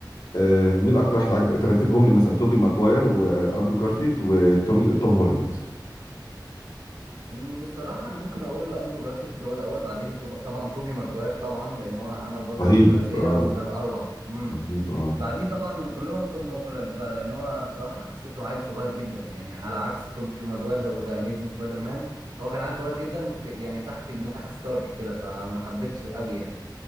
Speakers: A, on the left; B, on the right.
A: آه، مين اكتر واحد عجب ترتبهم لي مثلا توبي ماجواير واندرو جارفيلد وتوم توم هولاند
B: مم، بصراحه انا ممكن اقول اندرو جارفيلد هو الاول بعديه طب- طبعا توبي ماجواير طبعا لان هو عمل برضو
A: رهيب
B: ثلاثيه
A: آه
B: من الاروع امم
A: رهيب اه
B: بعديه طبعا كلهم توم هولاند بقى لان هو بصراحه حسيته عيل صغير جدا يعني على عكس توبي ماجواير زي ذا اميزنج سبايدر مان هو كان عيل صغير جدا في يعني تحت جناح ستارك كده فما حبيتش قوي يعني